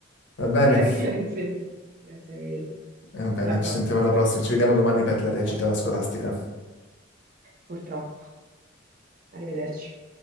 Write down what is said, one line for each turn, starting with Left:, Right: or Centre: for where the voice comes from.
Left: Va bene?
Right: Gra- <laughs> grazie mille, grazie mille.
Left: Va bene,
Right: Alla prossima.
Left: ci sentiamo alla prossima, ci vediamo domani per la recita
Right: Certo.
Left: scolastica.
Right: Purtroppo. Arrivederci.